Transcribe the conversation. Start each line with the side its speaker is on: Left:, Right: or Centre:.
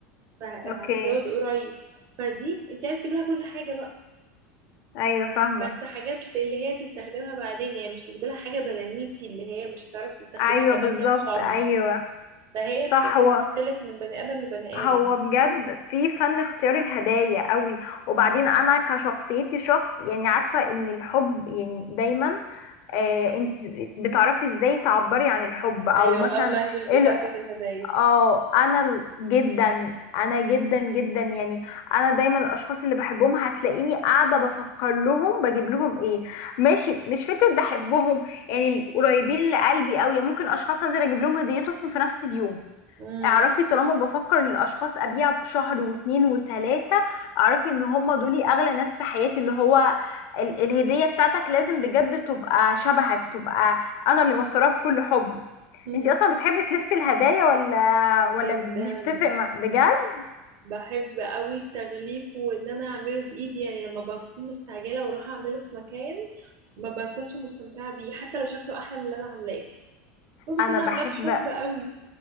Right: فهتتجوز
Left: اوكي
Right: قريب فدي انت عايز تجيب لها كل حاجه بقى
Left: ايوه فاهمه
Right: بس حاجات اللي هي تستخدمها بعدين يعني مش تجيب لها حاجه بنانيتي اللي هي مش هتعرف تستخدمها
Left: ايوه
Right: كمان
Left: بالظبط
Right: كام شهر
Left: ايوه
Right: فهي
Left: صح
Right: بت-
Left: هو
Right: بتختلف من بني ادم لبني
Left: هو
Right: ادم
Left: بجد في فن اختيار الهدايا قوي وبعدين انا كشخصيتي شخص يعني عارفه ان الحب يعني دايما آه انت بتعرفي ازاي تعبري عن الحب او
Right: ايوه
Left: مثلا
Right: اللاف لانجوج
Left: ايه
Right: بتاعتك
Left: ال-
Right: الهدايا
Left: اه انا ال- جدا انا جدا جدا يعني انا دايما الاشخاص اللي بحبهم هتلاقيني قاعده بفكر لهم بجيب لهم ايه ماشي مش فكره بحبهم يعني القريبين لقلبي قوي ممكن اشخاص انزل اجيب لهم هديتهم في نفس اليوم
Right: امم
Left: اعرفي طالما بفكر للاشخاص ابيع بشهر واتنين وتلاتة اعرفي ان هم دول اغلى ناس في حياتي اللي هو ال الهدية بتاعتك لازم بجد تبقى شبهك تبقى انا اللي مختارها بكل حب
Right: <laughs>
Left: انتي اصلا بتحبي تلفي الهدايا ولا ولا
Right: جدا
Left: مش بتفرق مع بجد
Right: بحب قوي التغليف وان انا اعمله بايدي يعني لما بكون مستعجله واروح اعمله في مكان ما بكونش مستمتعه بيه حتى لو شكله احلى من اللي انا عاملاه بس أنا
Left: انا
Right: بكون
Left: بحب
Right: عاملاه بحب قوي